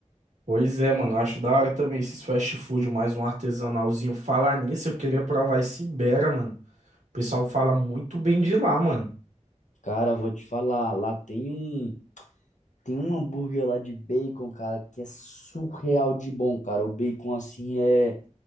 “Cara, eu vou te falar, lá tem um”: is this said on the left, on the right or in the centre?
Left